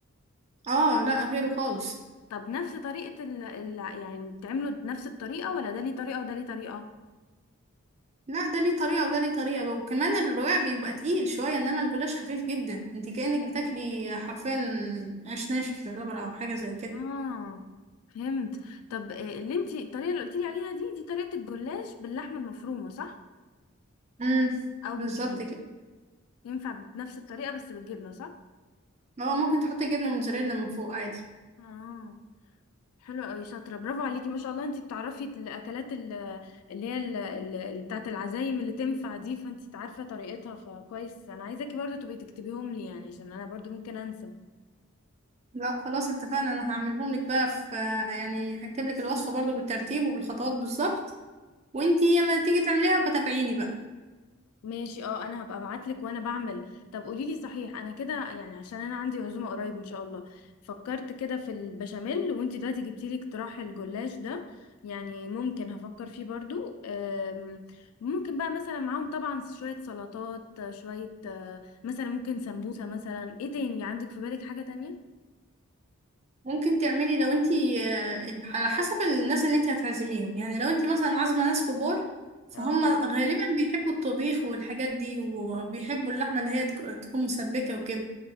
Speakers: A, on the right; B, on the left.
A: اه لا غيره خالص
B: طب نفس طريقة ال... ال... يعني بتعمله بنفس الطريقة ولا ده ليه طريقة وده ليه طريقة؟
A: لا ده ليه طريقة وده ليه طريقة وكمان الرقاق بيبقى تقيل شوية انما الجلاش خفيف جدا انت كأنك بتاكلي حرفيا عيش ناشف يعتبر او حاجة زي كده
B: اه فهمت طب آه، اللي انتي الطريقة اللي قلتيلي عليها دي دي طريقة الجلاش باللحمة المفرومة صح؟
A: امم
B: او بالجبنه
A: بالظبط كده
B: ينفع بنفس الطريقه بس بالجبنه صح
A: اه ممكن تحطي جبنة موتزاريلا من فوق عادي
B: اه حلو قوي شاطره برافو عليكي ما شاء الله انتي بتعرفي الاكلات ال- اللي هي ال- ال- بتاعه العزايم اللي تنفع دي فانتي عارفه طريقتها فكويس انا عايزاكي برضو تبقي تكتبيهم لي يعني عشان انا برضو ممكن انسى
A: لا خلاص اتفقنا انا هعملهم لك بقى في يعني هكتب لك الوصفة برضو بالترتيب وبالخطوات بالظبط وانتي لما تيجي تعمليها بتابعيني بقى
B: ماشي اه انا هبقى ابعت لك وانا بعمل طب قولي لي صحيح انا كده يعني عشان انا عندي عزومه قريب ان شاء الله فكرت كده في البشاميل وانت دلوقتي جبتي لي اقتراح الجلاش ده يعني ممكن هفكر فيه برضو أم، ممكن بقى مثلا معاهم طبعا شويه سلطات شويه آه، مثلا ممكن سمبوسه مثلا ايه تاني عندك في بالك حاجه تانية
A: ممكن تعملي لو انتي آه، على حسب الناس اللي انتي هتعزميهم يعني لو انتي مثلا عازمة ناس كبار فهم
B: اه
A: غالبا بيحبوا الطبيخ والحاجات دي وبيحبوا اللحمة اللي هي تك- تكون مسبكة وكده